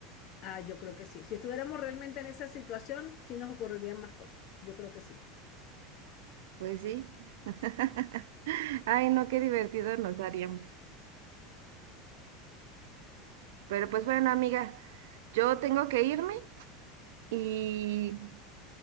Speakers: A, on the left (about 50°); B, on the right (about 80°).
A: ah, yo creo que sí. Si estuviéramos realmente en esa situación, sí nos ocurrirían más cosas. Yo creo que sí.
B: Pues sí. <laughs> Ay, no, qué divertido nos haríamos. Pero pues bueno, amiga, yo tengo que irme y